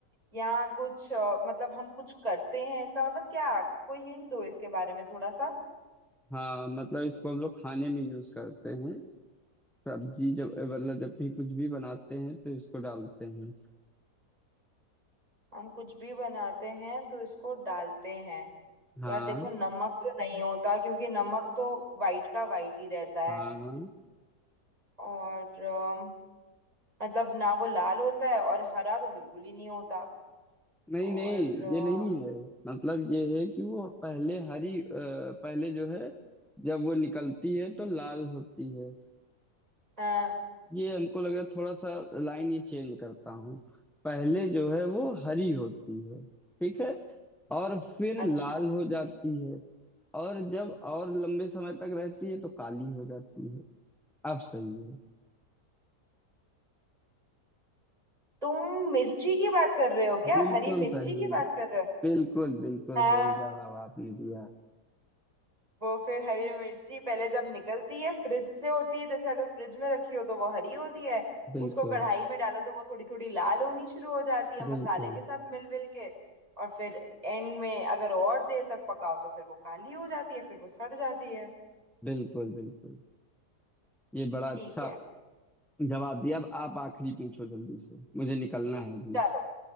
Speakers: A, on the right; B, in the centre.
A: या कुछ अ, मतलब हम कुछ करते हैं इसका मतलब क्या कोई हिंट दो इसके बारे में थोड़ा सा
B: हाँ मतलब इसको हम लोग खाने में यूज करते हैं सब्जी जब मतलब जब भी कुछ भी बनाते हैं तो इसको डालते हैं
A: हम कुछ भी बनाते हैं तो इसको डालते हैं
B: हाँ
A: यार देखो नमक तो नहीं होता क्योंकि नमक तो वाइट का वाइट ही रहता है
B: हाँ
A: और अम, मतलब ना वो लाल होता है और हरा तो बिल्कुल ही नहीं होता
B: नहीं
A: और
B: नहीं
A: अ,
B: ये नहीं है मतलब ये है कि वो पहले हरी अ, पहले जो है जब वो निकलती है तो लाल होती है
A: हाँ
B: ये हमको लग रहा है थोड़ा सा लाइन ही चेंज करता हूँ पहले जो है वो हरी होती है ठीक है और फिर
A: अच्छा
B: लाल हो जाती है और जब और लंबे समय तक रहती है तो काली हो जाती है अब सही है
A: तुम मिर्ची की बात कर रहे हो क्या
B: बिल्कुल
A: हरी मिर्ची
B: सही
A: की बात कर रहे हो
B: बिल्कुल बिल्कुल
A: हाँ
B: सही जवाब आपने दिया
A: वो फिर हरी मिर्ची पहले जब निकलती है फ्रिज से होती है जैसे अगर फ्रिज में रखी हो तो वो हरी होती है
B: बिल्कुल
A: उसको कढ़ाई में डालो तो वो थोड़ी थोड़ी लाल होनी शुरू हो जाती है
B: बिल्कुल
A: मसाले के साथ मिल मिल के और फिर एंड में अगर और देर तक पकाओ तो फिर वो काली हो जाती है फिर वो सड़ जाती है
B: बिल्कुल बिल्कुल ये बड़ा
A: ठीक
B: अच्छा
A: है
B: जवाब दिया अब आप आखिरी पूछो जल्दी से मुझे निकलना है अभी
A: चलो